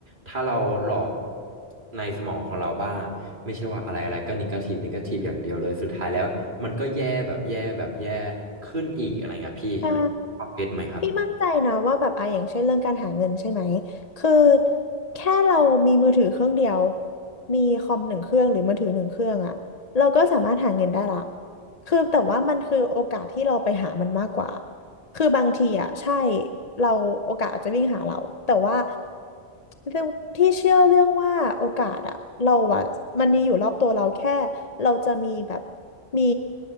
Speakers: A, on the right; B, on the left.
A: ถ้าเราหลอกในสมองของเราบ้างไม่ใช่ว่าอะไรอะไรก็นิเกทีฟนิเกทีฟอย่างเดียวเลยสุดท้ายแล้วมันก็แย่แบบแย่แบบแย่ขึ้นอีกอะไรเงี้ยพี่
B: ใช่
A: พอเก็ตไหมครับ
B: พี่มั่นใจนะว่าแบบอ่ะอย่างเช่นเรื่องการหาเงินใช่ไหมคือแค่เรามีมือถือเครื่องเดียวมีคอมหนึ่งเครื่องหรือมือถือหนึ่งเครื่องอะเราก็สามารถหาเงินได้ละคือแต่ว่ามันคือโอกาสที่เราไปหามันมากกว่า คือบางทีอ่ะใช่เราโอกาสอาจจะวิ่งหาเราแต่ว่าเรื่องที่เชื่อเรื่องว่าโอกาสอ่ะเราอ่ะมันมีอยู่รอบตัวเราแค่เราจะมีแบบมี